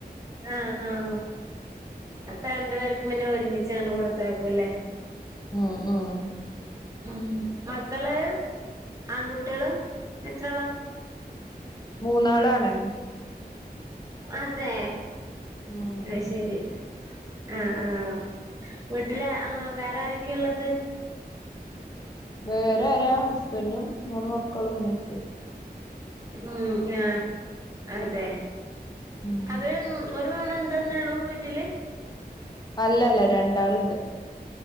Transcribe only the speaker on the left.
ഉം ഉം
മൂന്നാളാണ്
ഉം
വേറെ ആരാ ഹസ്ബൻറും മൂന്ന് മക്കളും ഉമ്മീം ഇപ്പും
ഉം
അല്ല അല്ല രണ്ടാളുണ്ട്